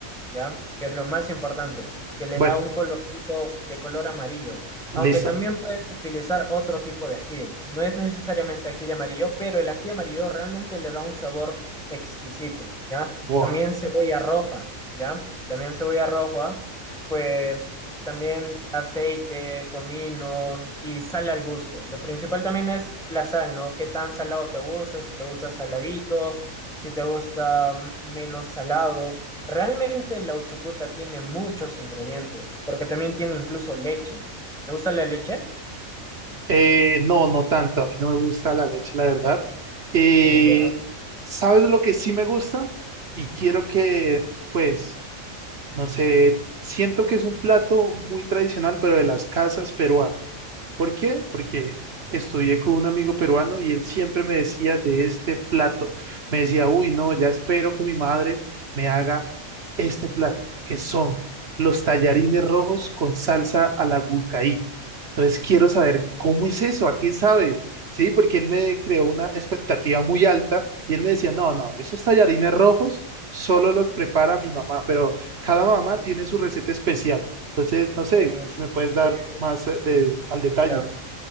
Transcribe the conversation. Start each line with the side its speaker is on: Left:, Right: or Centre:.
Centre: ¿ya? Que es lo más importante, que le
Right: Bueno,
Centre: da un colorcito de color amarillo.
Right: listo.
Centre: Aunque también puedes utilizar otro tipo de ají. No es necesariamente ají de amarillo, pero el ají amarillo realmente le da un sabor exquisito, ¿ya?
Right: Wow.
Centre: También cebolla roja, ¿ya? También cebolla roja, pues también aceite, comino y sal al gusto. Lo principal también es la sal, ¿no? ¿Qué tan salado te gusta? Si te gusta saladito si te gusta mm, menos salado. Realmente la uchucuta tiene muchos ingredientes, porque también tiene incluso leche. ¿Te gusta la leche?
Right: Eh, no, no tanto. A mí no me gusta la leche, la verdad. Eh,
Centre: Ya.
Right: ¿sabes lo que sí me gusta? Y quiero que, pues, no sé, siento que es un plato muy tradicional, pero de las casas peruanas. ¿Por qué? Porque estudié con un amigo peruano y él siempre me decía de este plato. Me decía, uy, no, ya espero que mi madre me haga este plato, que son los tallarines rojos con salsa a la huancaína. Entonces quiero saber cómo es eso, a qué sabe, ¿sí? Porque él me creó una expectativa muy alta y él me decía, no, no, esos tallarines rojos solo los prepara mi mamá, pero cada mamá
Centre: Mm,
Right: tiene su receta especial. Entonces, no sé
Centre: eh,
Right: si me puedes dar
Centre: eh,
Right: más eh, de, al detalle.
Centre: Mira,